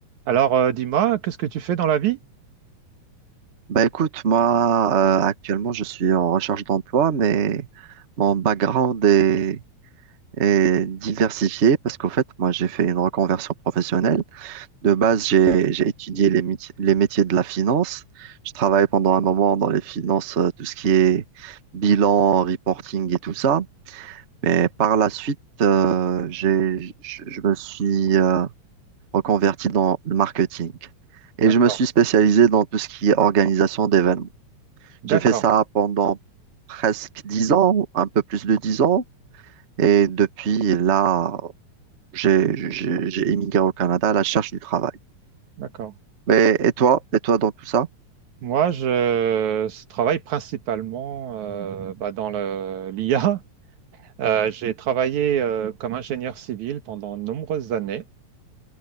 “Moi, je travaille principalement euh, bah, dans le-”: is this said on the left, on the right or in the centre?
Right